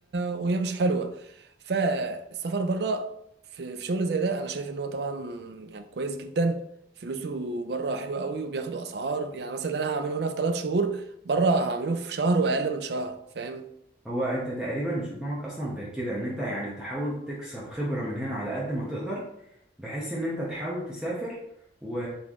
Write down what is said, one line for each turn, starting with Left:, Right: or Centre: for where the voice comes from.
Right: وهي مش حلوه فالسفر بره في في شغل زي ده انا شايف ان هو طبعا يعني كويس جدا فلوسه بره حلوه قوي وبياخدوا اسعار يعني مثلا اللي انا هعمله هنا في ثلاث شهور بره هعمله في شهر واقل من شهر فاهم
Centre: هو انت تقريبا مش قدامك اصلا غير كده ان انت يعني تحاول تكسب خبرة من هنا على قد ما تقدر بحيث ان انت تحاول تسافر و...